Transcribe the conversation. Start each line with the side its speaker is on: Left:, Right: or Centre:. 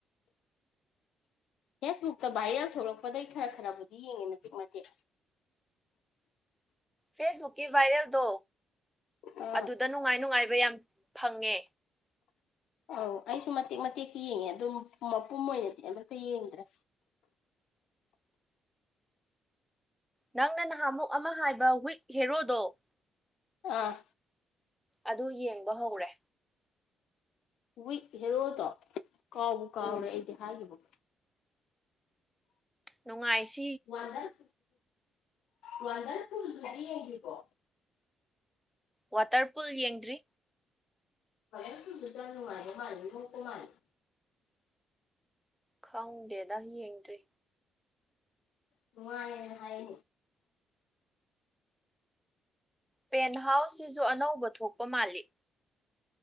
Left: ꯐꯦꯁꯕꯨꯛꯇ ꯚꯥꯏꯔꯦꯜ ꯊꯣꯛꯂꯛꯄꯗꯩ ꯈꯔ ꯈꯔꯕꯨꯗꯤ ꯌꯦꯡꯉꯦ ꯃꯇꯦꯛ ꯃꯇꯦꯛ
Centre: ꯐꯦꯁꯕꯨꯛꯀꯤ ꯕꯥꯏꯔꯦꯜ ꯗꯣ
Left: ꯑꯥ
Centre: ꯑꯗꯨꯗ ꯅꯨꯡꯉꯥꯏ ꯅꯨꯡꯉꯥꯏꯕ ꯌꯥꯝ ꯐꯪꯉꯦ
Left: ꯑꯧ ꯑꯩꯁꯨ ꯃꯇꯦꯛ ꯃꯇꯦꯛꯇ ꯌꯦꯡꯉꯦ ꯑꯗꯨꯝ ꯃꯄꯨꯝ ꯑꯣꯏꯅꯗꯤ ꯑꯃꯇ ꯌꯦꯡꯗ꯭ꯔꯥ
Centre: ꯅꯪꯅ ꯅꯍꯥꯃꯨꯛ ꯑꯃ ꯍꯥꯏꯕ ꯋꯤꯛ ꯍꯦꯔꯣꯗꯣ
Left: ꯑꯥ
Centre: ꯑꯗꯨ ꯌꯦꯡꯕ ꯍꯧꯔꯦ
Left: ꯋꯤꯛ ꯍꯦꯔꯣꯗꯣ ꯀꯥꯎꯕ ꯀꯥꯎꯔꯦ
Centre: ꯎꯝ
Left: ꯑꯩꯗꯤ ꯍꯥꯏꯈꯤꯕꯒ
Centre: ꯅꯨꯡꯉꯥꯏ ꯁꯤ
Left: ꯋꯥꯗꯪ ꯋꯥꯟꯇꯔ ꯐꯜ ꯉꯦꯡꯗ꯭ꯔꯤꯕꯣ
Centre: ꯋꯥꯇꯔ ꯄꯨꯜ ꯌꯦꯡꯗ꯭ꯔꯤ
Left: ꯄꯔ ꯁꯨꯕꯤꯗꯅꯅꯨꯡꯉꯗ ꯃꯥꯜ ꯃꯨꯛꯇ ꯃꯥꯜꯂꯤ
Centre: ꯈꯪꯗꯦꯗ ꯌꯦꯡꯗ꯭ꯔꯤ
Left: ꯅꯨꯡꯉꯅ ꯍꯥꯏ
Centre: ꯄꯦꯟꯍꯥꯎꯁ ꯁꯤꯁꯨ ꯑꯅꯧꯕ ꯊꯣꯛꯄ ꯃꯥꯜꯂꯤ